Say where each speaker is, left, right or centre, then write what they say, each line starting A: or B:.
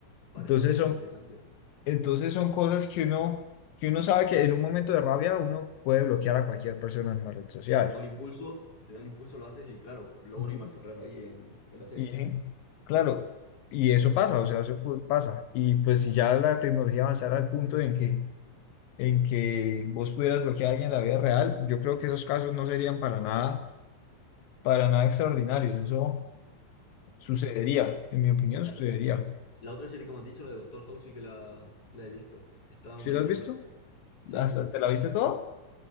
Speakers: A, on the left (about 20°); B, on the left (about 85°).
A: Parece
B: Entonces
A: bastante
B: son
A: interesante.
B: entonces son cosas que uno, que uno sabe que en un momento de rabia uno puede bloquear a cualquier persona en una red social.
A: Sí, te da un impulso, te da un impulso, lo haces y claro, luego
B: Ujú.
A: no hay marcha atrás ahí en, en la serie.
B: Y sí, claro, y eso pasa, o sea, eso pu- pasa. Y pues si ya la tecnología avanzara al punto en que, en que vos pudieras bloquear a alguien en la vida real, yo creo que esos casos no serían para nada, para nada extraordinarios. Eso sucedería,
A: ujú.
B: en mi opinión,
A: La,
B: sucedería.
A: la otra serie que me has dicho, la de Doctor House, sí que la, la he visto. estaba
B: ¿Sí
A: muy
B: lo has
A: chula.
B: visto?
A: Sí.
B: ¿Hasta te la viste todo?